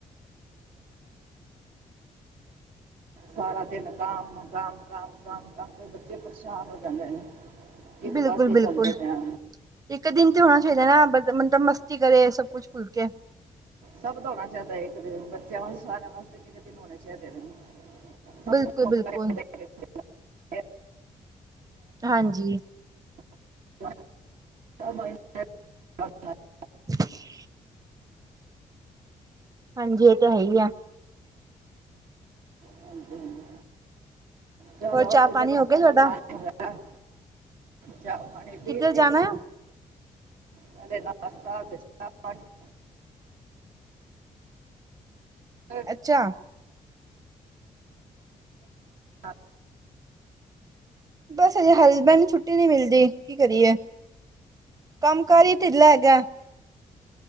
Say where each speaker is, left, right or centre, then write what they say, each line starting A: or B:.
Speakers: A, on the right; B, on the right.
A: ਸਾਰਾ ਦਿਨ ਕੰਮ ਕਾਮ ਕਾਮ ਕੰਮ ਕੰਮ ਤੇ ਬੱਚੇ ਪਰੇਸ਼ਾਨ ਹੋ ਜਾਂਦੇ ਨੇ। ਇੱਕ
B: ਬਿਲਕੁਲ
A: ਪਾਸੇ
B: ਬਿਲਕੁਲ
A: ਚੱਲਦਾ ਪੈਣਾ।
B: ਇੱਕ ਦਿਨ ਤੇ ਹੋਣਾ ਚਾਹੀਦਾ ਨਾ ਮਤਲਬ ਬੰਦਾ ਮਸਤੀ ਕਰੇ ਸਭ ਕੁੱਛ ਭੁੱਲ ਕੇ।
A: ਸਭ ਦਾ ਹੋਣਾ ਚਾਹੀਦਾ ਇੱਕ ਦਿਨ। ਬੱਚਿਆਂ ਵਾਸਤੇ ਸਾਰਿਆਂ ਵਾਸਤੇ ਇਕ-ਇਕ ਦਿਨ ਹੋਣੇ ਚਾਹੀਦੇ ਨੇ। ਸਭ ਨੂੰ
B: ਬਿਲਕੁਲ ਬਿਲਕੁਲ
A: <unintelligible>
B: ਹਾਂਜੀ।
A: ' <unintelligible> ' <unintelligible>
B: ' <unintelligible> ਹਾਂਜੀ ਇਹ ਤਾਂ ਹੈ ਹੀ ਆ।
A: ਹਾਂਜੀ-ਹਾਂਜੀ, ਚਲੋ
B: ਹੋਰ ਚਾਹ
A: ਕਿਤੇ
B: ਪਾਣੀ
A: ਬਣਾ
B: ਹੋ ਗਿਆ ਤੁਹਾਡਾ
A: ਲੋੋ ਪਲੈਨ ਚਾਹ, ਚਾਹ-ਪਾਣੀ ਪੀ
B: ਕਿੱਧਰ
A: ਲਈ।
B: ਜਾਣਾ ਹੈ?
A: ਪਹਿਲੇ ਨਾਸ਼ਤਾ ਫਿਰ ਚਾਹ-ਪਾਣੀ। '
B: ਅੱਛਾ
A: <inaudible>
B: ਬੱਸ ਅਜੇ ਹਲਬੈਂਨ ਛੁੱਟੀ ਨੀ ਮਿਲਦੀ ਕੀ ਕਰੀਏ। ਕੰਮ ਕਾਰ ਈ ਢਿੱਲਾ ਹੈਗਾ